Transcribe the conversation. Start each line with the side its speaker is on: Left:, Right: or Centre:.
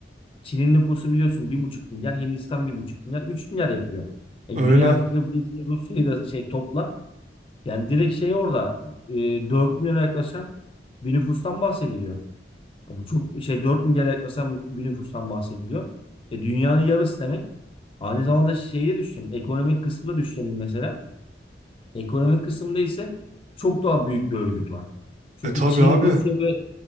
Left: Çin'in nüfusu biliyorsun bir buçuk milyar, Hindistan bir buçuk milyar, üç milyar yapıyor. E,
Right: öyle.
Left: Güney Afrika, Brezilya, Rusya'yı da şey topla. Yani direkt şey orada e, 4 milyona yaklaşan bir nüfustan bahsediliyor. Abi çok şey 4 milyar yaklaşan bir nüfustan bahsediliyor. E, dünyanın yarısı demek. Aynı zamanda şeyi de düşünelim. Ekonomik kısmı da düşünelim mesela. Ekonomik kısımda ise çok daha büyük bir örgüt var. Çünkü
Right: E tabii
Left: Çin,
Right: abi.
Left: Rusya ve